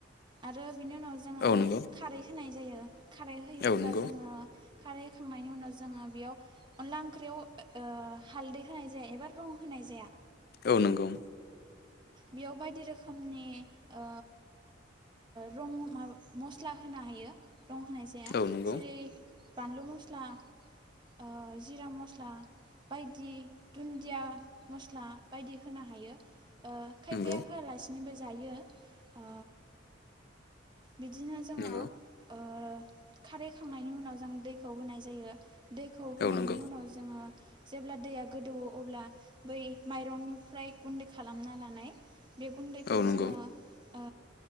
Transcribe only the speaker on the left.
औ नंगौ
औ नंगौ
औ नंगौ
औ नंगौ
नंगौ
नंगौ
औ नंगौ औ नंगौ
औ नंगौ